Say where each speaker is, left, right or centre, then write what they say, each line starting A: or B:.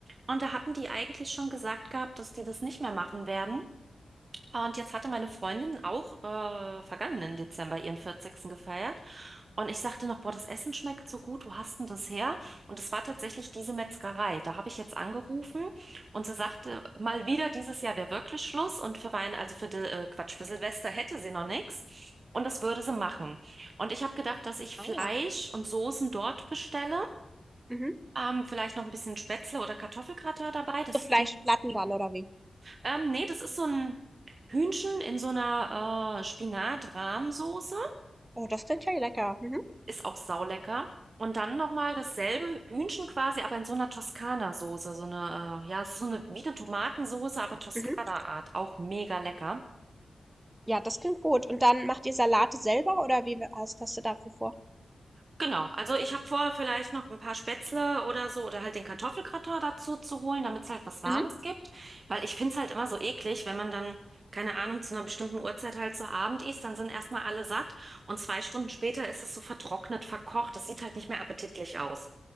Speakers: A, on the right; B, on the right.
A: Und da hatten die eigentlich schon gesagt gehabt, dass die das nicht mehr machen werden. Und jetzt hatte meine Freundin auch äh, vergangenen Dezember ihren vierzigsten gefeiert. Und ich sagte noch, boah, das Essen schmeckt so gut, wo hast denn das her? Und es war tatsächlich diese Metzgerei. Da habe ich jetzt angerufen und sie sagte, mal wieder dieses Jahr wäre wirklich Schluss. Und für Weihnachten, also für die, äh, Quatsch, für Silvester hätte sie noch nichts. Und das würde sie machen. Und ich habe gedacht, dass ich Fleisch
B: ah ja.
A: und Soßen dort bestelle.
B: Mhm.
A: Ähm, vielleicht noch ein bisschen Spätzle oder Kartoffelgratin dabei. Das
B: So Fleischplatten
A: ging
B: dann oder wie?
A: ähm, nee, das ist so ein Hühnchen in so einer äh, Spinat-Rahmsoße.
B: Oh, das klingt ja lecker. Mhm.
A: Ist auch saulecker. Und dann nochmal dasselbe Hühnchen quasi, aber in so einer Toskana-Soße. So eine, äh, ja, es ist so eine, wie eine Tomatensoße, aber Toskana-Art.
B: Mhm.
A: Auch mega lecker.
B: Ja, das klingt gut. Und dann macht ihr Salate selber oder wie was hast du dafür vor?
A: Genau, also ich habe vor, vielleicht noch ein paar Spätzle oder so oder halt den Kartoffelgratin dazu zu holen, damit es halt was Warmes
B: Mhm.
A: gibt. Weil ich finde es halt immer so eklig, wenn man dann, keine Ahnung, zu einer bestimmten Uhrzeit halt so Abend isst, dann sind erstmal alle satt und zwei Stunden später ist es so vertrocknet, verkocht. Das sieht halt nicht mehr appetitlich aus.